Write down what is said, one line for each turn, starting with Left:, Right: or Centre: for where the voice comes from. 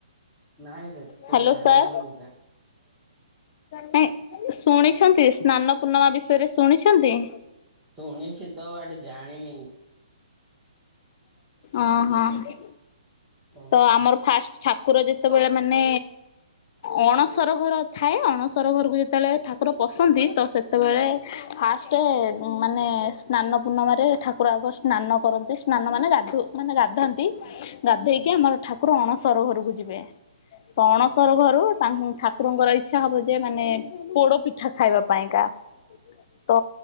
Right: ନାଇଁ ସେ
Left: ହ୍ୟାଲୋ
Right: <inaudible>
Left: ସାର୍ ନାଇଁ ଶୁଣିଛନ୍ତି ସ୍ନାନ ପୂର୍ଣ୍ଣିମା ବିଷୟରେ ଶୁଣିଛନ୍ତି?
Right: ଶୁଣିଛି ତ <unintelligible> ଜାଣିିନି।
Left: ଅଁ ହଁ।
Right: ହଁ।
Left: ତ ଆମର ଫାଷ୍ଟ ଠାକୁର ଯେତେବେଳେ
Right: ଠାକୁର
Left: ମାନେ ଅଣସର ଘର ଥାଏ, ଅଣସର ଘରୁକୁ ଯେତେବେଳେ ଠାକୁର ପଶନ୍ତି ତ ସେ ସେତେବେଳେ ଫାଷ୍ଟେ ମାନେ ସ୍ନାନ ପୂର୍ଣ୍ଣିମାରେ ଠାକୁର ଆଗ ସ୍ନାନ କରନ୍ତି, ସ୍ନାନ ମାନେ ଗାଧୁ ମାନେ ଗାଧନ୍ତି ଗା
Right: ହୁଁ
Left: କି ଆମର ଠାକୁର ଅଣସର ଘରକୁ ଯିବେ ତ
Right: ଆଜ୍ଞା
Left: ଅଣସର ଘରୁ ଠାକୁରଙ୍କର ଇଚ୍ଛା ହବ ଯେ ମାନେ ପୋଡ ପିଠା ଖାଇବା ପାଇଁକା ତ